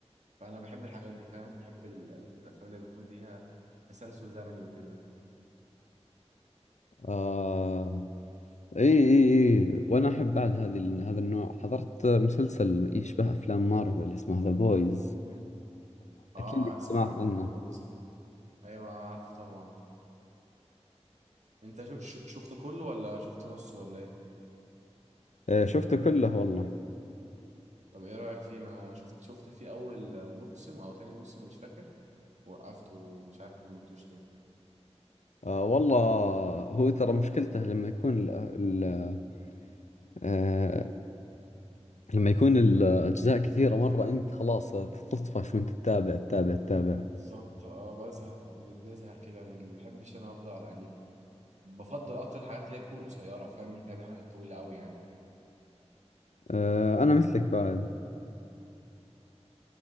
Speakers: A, on the right; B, on the left.
A: فانا بحب الحاجات دي فاهم بحب ال- الافلام اللي بيكون ليها تسلسل زمني وكده
B: آه اي اي اي وانا احب بعد هذه ال- هذا النوع حضرت مسلسل يشبه افلام مارفل اسمه ذا بويز
A: اه
B: اكيد
A: اسمع
B: سمعت
A: عن
B: عنه
A: ذا بويز ايوه عارف طبعا انت شو شو- شفته كله ولا شفت نصه ولا ايه
B: آه شفته كله والله
A: طب ايه رايك فيه انا شفت شفت فيه اول موسم او تاني موسم مش فاكر وقفته مش عارف كملتوش ليه
B: آه والله هو ترى مشكلته لما يكون ال- ال- آه، لما يكون الأجزاء كثيرة مرة أنت خلاص تطفش وأنت تتابع تتابع تتابع
A: بالظبط اه بزهق بزهق كده ما بحبش انا افضل يعني بفضل اكتر الحاجات اللي هي بتكون قصيره فاهم مش بحب الحاجات الطويله قوي يعني
B: أه أنا مثلك بعد